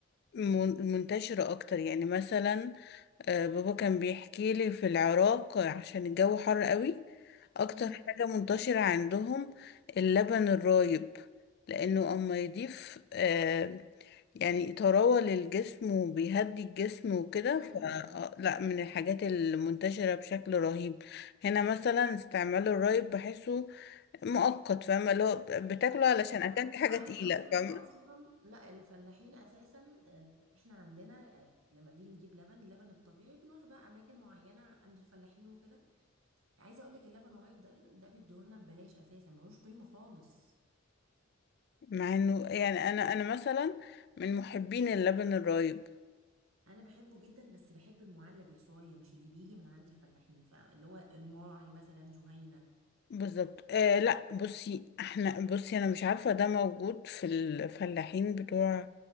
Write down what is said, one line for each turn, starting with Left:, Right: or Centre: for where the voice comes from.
Left: من- منتشرة أكتر يعني مثلا آه، بابا كان بيحكي لي في العراق عشان الجو حر قوي اكتر
Right: امم
Left: حاجة منتشرة عندهم اللبن الرايب لانه اما يضيف آه، يعني طراوة للجسم وبيهدي الجسم وكده
Right: امم
Left: فلا من الحاجات المنتشرة بشكل رهيب هنا مثلا استعمال الرايب بحسه مؤقت فاهمة اللي هو بتاكله علشان
Right: بص لا
Left: اكلت حاجة
Right: عايزه
Left: تقيلة
Right: اقول لك
Left: فاهمة
Right: اصلا لا الفلاحين اساسا آه، احنا عندنا آه، لما بنيجي نجيب لبن اللبن الطبيعي بنروح بقى اماكن معينه عند الفلاحين وكده عايزه اقول لك اللبن الرايب ده ده بيديهولنا ببلاش اساسا ملوش قيمه خالص
Left: مع انه يعني انا انا مثلا من محبين اللبن الرايب
Right: انا بحبه جدا بس بحب المعلب يا صويا مش اللي بيجي من عند الفلاحين ف- اللي هو الماعي مثلا جهينة
Left: بالظبط آه لا بصي احنا بصي انا مش عارفة ده موجود في الفلاحين بتوع